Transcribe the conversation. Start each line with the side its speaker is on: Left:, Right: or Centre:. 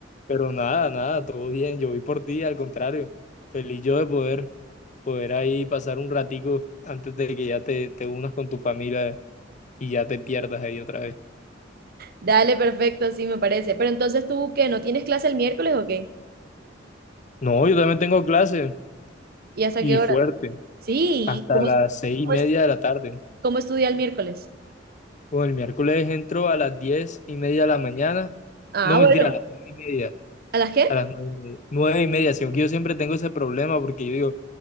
Left: pero nada, nada, todo bien. Yo voy por ti, al contrario. Feliz yo de poder, poder ahí pasar un ratico antes de que ya te, te unas con tu familia y ya te pierdas ahí otra vez.
Right: Dale, perfecto, sí me parece. Pero entonces tú, ¿qué? ¿No tienes clase el miércoles o qué?
Left: No, yo también tengo clase
Right: ¿Y hasta
Left: y
Right: qué hora?
Left: fuerte,
Right: Sí,
Left: hasta
Right: ¿cómo,
Left: las
Right: es-
Left: seis y
Right: cómo,
Left: media
Right: es-
Left: de la tarde.
Right: cómo estudia el miércoles?
Left: Bueno, el miércoles entro a las diez y media de la mañana.
Right: Ah,
Left: No, mentira,
Right: bueno,
Left: a las nueve y media.
Right: ¿a las qué?
Left: A las nueve y media, nueve y media, sino que yo siempre tengo ese problema porque yo digo,